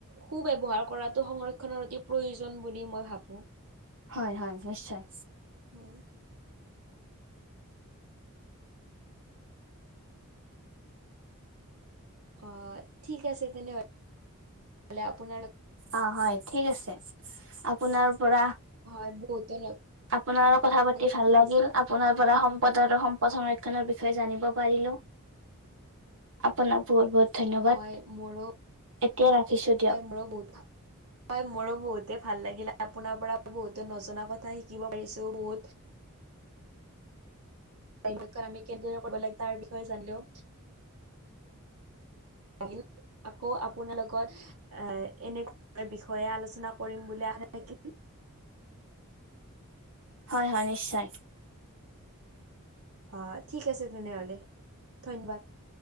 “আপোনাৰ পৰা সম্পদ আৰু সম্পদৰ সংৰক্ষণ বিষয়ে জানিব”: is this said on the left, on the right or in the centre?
Right